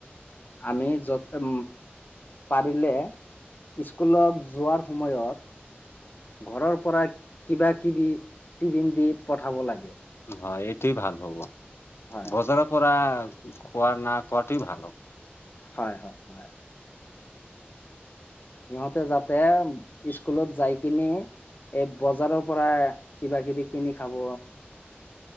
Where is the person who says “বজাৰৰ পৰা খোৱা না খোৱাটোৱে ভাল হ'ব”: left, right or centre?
Left